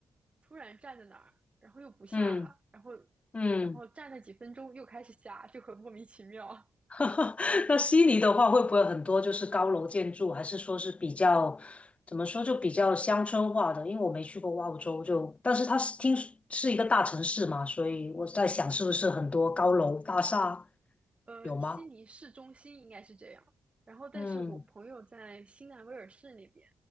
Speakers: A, on the right; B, on the left.
A: 突然站在那儿，然后又不下了，
B: 嗯
A: 然后
B: 嗯。
A: 然后站了几分钟又开始下，就很莫名其妙。
B: <laughs> 那悉尼的话，会不会很多就是高楼建筑，还是说是比较怎么说就比较乡村化的？因为我没去过澳洲就，但是它是听说是一个大城市嘛，所以我在想是不是很多高楼大厦
A: 呃，
B: 有吗？
A: 悉尼市中心应该是这样，然后但是我朋友在新南威尔士那边，
B: 嗯，